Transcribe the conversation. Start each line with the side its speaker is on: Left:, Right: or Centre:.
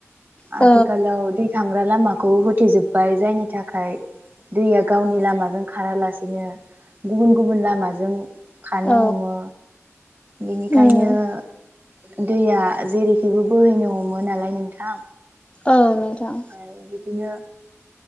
Left: औ
Right: आथोखालाव दै थांग्रा लामाखौ होथेजोबबाय जायनि दैया गावनि लामाजों खारालासिनो गुबुन गुबुन लामाजों खारनो
Left: औ
Right: हमो बेनिखायनो
Left: उम
Right: दैया जेरैखिबो बोहैनो हमो नालाय नोंथां
Left: औ नोंथां
Right: आरो बिदिनो